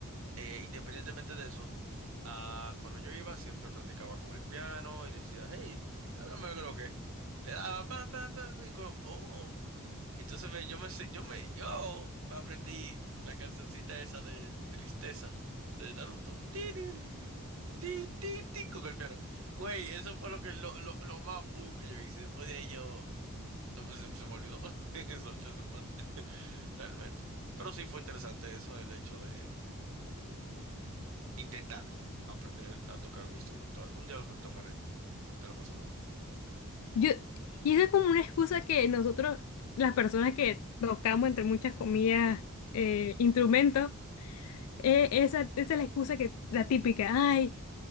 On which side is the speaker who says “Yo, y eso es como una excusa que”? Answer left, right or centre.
Left